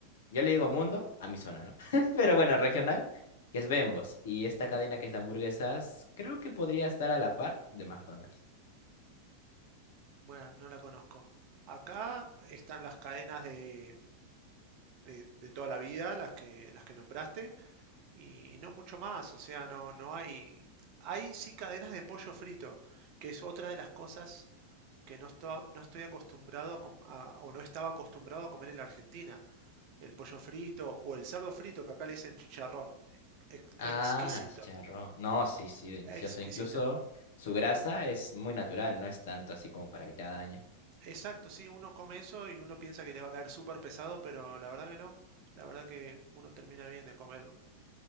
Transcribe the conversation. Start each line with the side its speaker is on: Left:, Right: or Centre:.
Left: Yo le digo mundo a mi zona, ¿no? <laughs> Pero bueno, regional, que es Bembos. Y esta cadena que es de hamburguesas, creo que podría estar a la par de McDonald's.
Right: Bueno, no la conozco. Acá están las cadenas de, de, de toda la vida, las que, las que nombraste, y, y no mucho más. O sea, no, no hay. Hay sí cadenas de pollo frito, que es otra de las cosas que no, estoy- no estoy acostumbrado a com- a- o no estaba acostumbrado a comer en la Argentina. El pollo frito o el cerdo frito, que acá le dicen chicharrón. Ex-
Left: Ah,
Right: exquisito,
Left: chicharrón. No, sí, sí, delicioso.
Right: exquisito.
Left: Incluso su grasa es muy natural, no es tanto así como para que te haga daño.
Right: Exacto, sí, uno come eso y uno piensa que le va a caer súper pesado, pero la verdad que no. La verdad que uno termina bien de comer